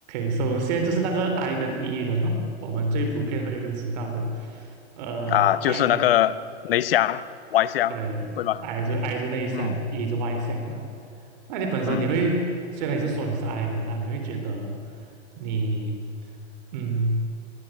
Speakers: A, on the right; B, on the left.
A: 首先就是那个 I 跟 E 人咯，我们最普遍会认识到的，呃，I
B: 啊，就是那个内向外向，
A: 这对，I
B: 对吧？
A: 就 I 是内向，E
B: 嗯
A: 就外向嘛。那你本身你会，
B: 嗯。
A: 虽然你是说你是 I 人啊，你会觉得你，嗯，